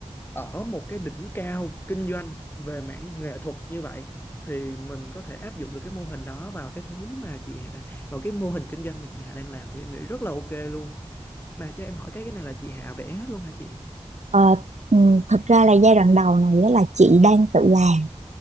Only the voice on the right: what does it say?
ờ, ừ, thật ra là giai đoạn đầu này á là chị đang tự làm